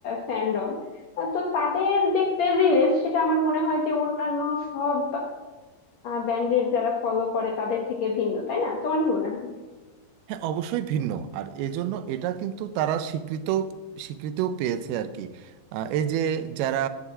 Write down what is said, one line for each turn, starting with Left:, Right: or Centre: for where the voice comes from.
Left: ফ্যান্ডম তো তাদের যে ক্রেজিনেস সেটা আমার মনে হয় যে অন্যান্য সব ব্যান্ডের যারা ফলো করে তাদের থেকে ভিন্ন তাই না তোমার কি মনে হয়
Right: হ্যাঁ অবশ্যই ভিন্ন আর এজন্য এটা কিন্তু তারা স্বীকৃত স্বীকৃতিও পেয়েছে আর কি আহ, এই যে যারা